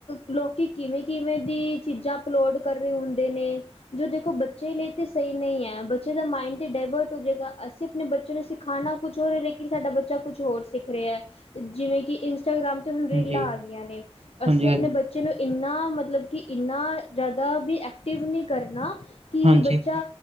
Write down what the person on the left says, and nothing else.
ਲੋਕੀ ਕਿਵੇਂ-ਕਿਵੇਂ ਦੀ ਚੀਜ਼ਾਂ ਅਪਲੋਡ ਕਰ ਹੁੰਦੇ ਨੇ। ਜੋ ਦੇਖੋ ਬੱਚੇ ਲਈ ਤੇ ਸਹੀ ਨਈ ਏ ਬੱਚੇ ਦਾ ਮਾਈੰਡ ਤਾਂ ਡਾਇਵਰਟ ਹੋ ਜਾਵੇਗਾ ਅਸੀਂ ਆਪਣੇ ਬੱਚੇ ਨੂੰ ਸਿਖਾਣਾ ਕੁਛ ਹੋ ਰਿਹਾ ਲੇਕਿਨ ਸਾਡਾ ਬੱਚਾ ਕੁਛ ਹੋਰ ਸਿੱਖ ਰਿਆ, ਜਿਵੇਂ ਕਿ ਇੰਸਟਾਗ੍ਰਾਮ ਤੇ ਹੁਣ ਰੀਲਾਂ
ਆ ਗਈਆਂ ਨੇ,
ਅਸੀਂ ਆਪਣੇ ਬੱਚੇ ਨੂੰ ਇੰਨਾ ਮਤਲਬ ਕਿ ਇੰਨਾ ਜ ਐਕਟਿਵ ਨੀ ਕਰਨਾ ਕਿ
ਬੱਚਾ